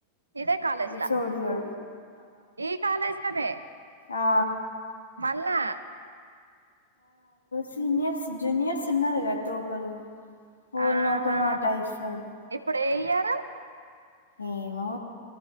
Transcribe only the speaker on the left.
ఈ
చోడగా
ఆ
సీనియర్స్ జూనియర్ సన్నరగా త క ఎవళ్ళ
ఓకలు పటా ఇస్తాడు
ఏమో